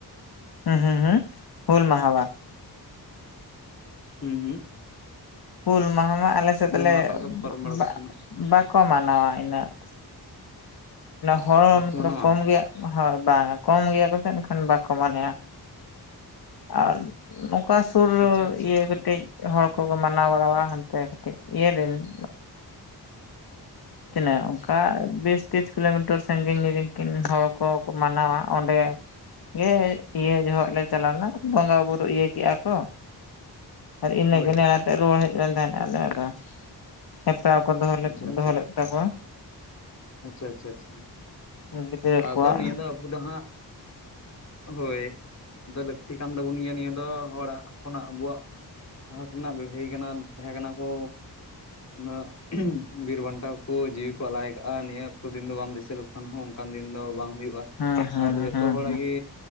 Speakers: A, on the left; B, on the left.
A: ᱦᱮᱸ ᱦᱮᱸ ᱦᱩᱞ ᱢᱟᱦᱟ ᱵᱟ
B: ᱩᱸ ᱦᱩᱸ
A: ᱦᱩᱞ ᱢᱟᱦᱟ ᱢᱟ ᱟᱞᱮᱮᱥᱮᱫ
B: ᱦᱩᱞ
A: ᱞᱮ
B: ᱢᱟᱦᱟ ᱚᱠᱟ ᱞᱮᱠᱟ ᱯᱮ ᱯᱟᱨᱚᱢ ᱵᱟᱲᱟ
A: ᱵᱟ
B: ᱠᱮᱫ ᱛᱟᱵᱚᱱᱟ
A: ᱵᱟᱠᱚ ᱢᱟᱱᱟᱣᱟ ᱤᱱᱟᱹᱜ᱾ ᱦᱚᱲ
B: ᱵᱟᱠᱚ
A: ᱢᱚᱛᱞᱚᱵ
B: ᱢᱟᱱᱟᱣᱟ
A: ᱠᱚᱢ ᱜᱮᱭᱟ ᱦᱳᱭ ᱵᱟᱝᱟ ᱠᱚᱢ ᱜᱮᱭᱟ ᱠᱚ ᱥᱮ ᱮᱱᱠᱷᱟᱱ ᱵᱟᱠᱚ ᱢᱚᱱᱮᱭᱟ ᱟᱨ᱾ ᱱᱚᱝᱠᱟ ᱥᱩᱨ
B: ᱟᱪᱪᱷᱟ ᱟᱪᱪᱷᱟ
A: ᱤᱭᱟᱹ
B: ᱟᱪᱪᱷᱟ
A: ᱠᱟᱹᱴᱤᱡ᱾ ᱦᱚᱲᱲ ᱠᱚᱠᱚ ᱢᱟᱱᱟᱣ ᱵᱟᱲᱣᱟᱹᱼᱟ ᱦᱟᱱᱛᱮ ᱤᱭᱟ ᱨᱮᱱ ᱾ ᱛᱤᱱᱟᱹᱜ ᱚᱱᱠᱟ ᱵᱮᱥ᱾ ᱛᱤᱨᱤᱥ ᱠᱤᱞᱳᱢᱤᱴᱟᱨ ᱥᱟᱺᱜᱤᱧ ᱨᱮ ᱠᱤᱱ ᱦᱚᱲ ᱠᱚᱠᱚ ᱢᱟᱱᱟᱣᱟ ᱚᱸᱰᱮ᱾ ᱤᱭᱟᱹ ᱤᱭᱟᱹ ᱡᱚᱦᱚᱜ ᱞᱮ ᱪᱟᱞᱟᱣᱱᱟ ᱵᱚᱸᱜᱟ ᱵᱩᱨᱩ ᱤᱭᱟᱹ ᱠᱮᱜᱼᱟ ᱠᱚ᱾ ᱟᱨ ᱤᱱᱟᱹ
B: ᱦᱳᱭ
A: <inaudible> ᱱᱮᱦᱟᱛᱮ ᱨᱩᱣᱟᱹᱲ ᱦᱮᱡ ᱞᱮᱱ ᱛᱟᱦᱮᱱᱟᱞᱮ ᱟᱫᱚ ᱦᱮᱯᱨᱟᱣ ᱠᱚ ᱫᱚᱦᱚ ᱞᱮᱫ
B: ᱟᱪᱪᱷᱟ ᱟᱪᱪᱷᱟ
A: ᱫᱚᱦᱚ ᱞᱮᱫ ᱛᱟᱠᱚᱣᱟ᱾
B: ᱟᱪᱪᱷᱟ ᱟᱪᱪᱷᱟ ᱪᱪᱷᱟ
A: ᱜᱤᱫᱽᱨᱟᱹ
B: ᱟᱫᱚ
A: ᱠᱚᱣᱟᱜ
B: ᱱᱤᱭᱟᱹ ᱫᱚ ᱟᱵᱚ ᱫᱚ ᱦᱟᱸᱜ᱾ ᱦᱳᱭ ᱟᱫᱚ ᱞᱟᱹᱠᱛᱤ ᱠᱟᱱ ᱛᱟᱵᱚᱱ ᱜᱮᱭᱟ ᱱᱤᱭᱟᱹ ᱫᱚ ᱦᱚᱲᱟᱜ ᱠᱷᱚᱱᱟᱜ ᱟᱵᱚᱣᱟᱜ᱾ ᱞᱟᱦᱟ ᱛᱤᱱᱟᱜ ᱞᱟᱹᱲᱦᱟᱹᱭ ᱠᱟᱱᱟ ᱛᱟᱸᱦᱮ ᱠᱟᱱᱟ ᱠᱚ ᱩᱱᱟᱹᱜ᱾ ᱵᱤᱨ ᱵᱟᱱᱴᱟ ᱠᱚ ᱡᱤᱣᱤ ᱠᱚ ᱟᱞᱟᱭ ᱟᱠᱟᱟᱜᱼᱟ ᱱᱤᱭᱟᱹ ᱠᱚ ᱫᱤᱱ ᱫᱚ ᱵᱟᱢ ᱫᱤᱥᱟᱹ ᱞᱮᱠᱷᱟᱱ ᱦᱚᱸ ᱚᱱᱠᱟᱱ ᱫᱤᱱ ᱫᱚ᱾ ᱵᱟᱝ ᱦᱩᱭᱩᱜᱼᱟ
A: ᱦᱮᱸ ᱦᱮᱸ
B: ᱟᱨ ᱡᱚᱛᱚ
A: ᱦᱮᱸ
B: ᱦᱚᱲᱟᱜ ᱜᱮ᱾